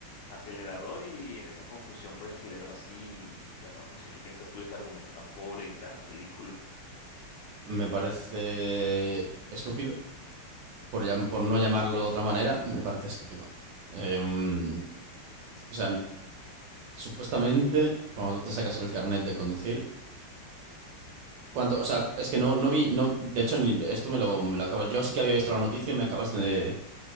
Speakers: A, on the left; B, on the right.
A: acelerador y en esa confusión pues aceleró así. y Bueno, no sé qué piensas tú de este argumento tan pobre y tan ridículo.
B: Me parece estúpido, por, llam- por no llamarlo de otra manera, me parece estúpido. Em, o sea, supuestamente, cuando tú te sacas el carnet de conducir, ¿cuánto? O sea, es que no, no vi, no, de hecho, ni, esto me lo, me lo acabas. Yo sí que había visto la noticia, me acabas de,